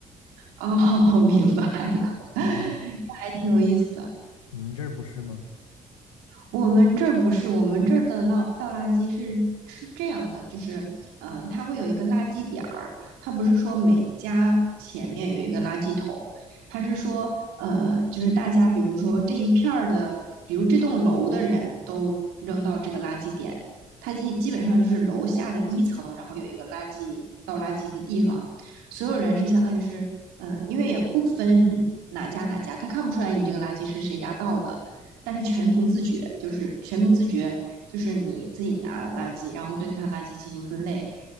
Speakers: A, on the right; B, on the left.
A: 哦，<laughs> 明白了，<laughs> 那还挺有意思的。
B: 对，你你们这儿不是吗？
A: 我们这儿不是，我们这儿的倒倒垃圾是是这样的，就是，嗯、它会有一个垃圾点儿，它不是说每家前面有一个垃圾桶，它是说，呃，就是大家比如说这一片儿的，比如这栋楼的人都扔到这个垃圾点，它基基本上就是楼下的一层，然后有一个垃圾倒垃圾的地方，所有人是相当于是，嗯、因为也不分哪家哪家，他看不出来你这个垃圾是谁家倒的。但是全凭自觉，就是全凭自觉，就是你自己拿垃圾，然后对它垃圾进行分类，